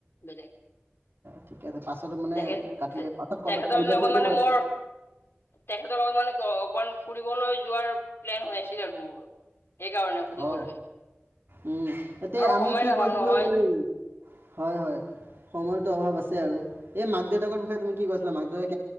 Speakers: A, on the left; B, on the right.
A: বেলেগ।
B: ঠিকে আছে পাছত মানে
A: তেখেত
B: কাটি পাছত কওঁতে
A: তেখেতৰ
B: কলবেক
A: লগত
B: কৰিলে
A: মানে মোৰ তেখেতৰ লগত মানে অকমান ফুৰিবলৈ যোৱাৰ প্লেন হৈ আছিল আৰু মোৰ। সেই কাৰণে সুধিবলৈ।
B: অ উম এতিয়া
A: আৰু
B: আমি
A: সময়
B: কি
A: নাপাওঁ
B: কৈছিলোঁ
A: নহয়
B: হয় হয় সময় অভাৱ আছে আৰু এই মাক দেউতাক বিষয়ে তুমি কি কৈছিলা মাক দেউতাক